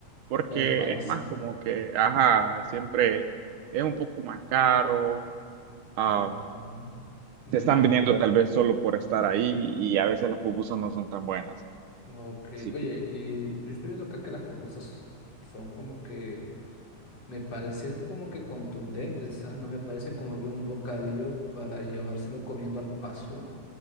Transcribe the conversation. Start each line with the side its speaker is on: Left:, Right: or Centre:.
Right: porque
Left: Todo fancy.
Right: es más como que, ajá, siempre es un poco más caro, ah,
Left: Mm, ya,
Right: te están vendiendo tal vez solo por estar ahí y a veces las pupusas no son tan buenas.
Left: Ok.
Right: Así
Left: Oye,
Right: que,
Left: y yo estoy viendo acá que las pupusas son como que Me parecen como que contundentes, ¿ah? No me parecen como que un bocadillo para llevárselo comiendo al paso.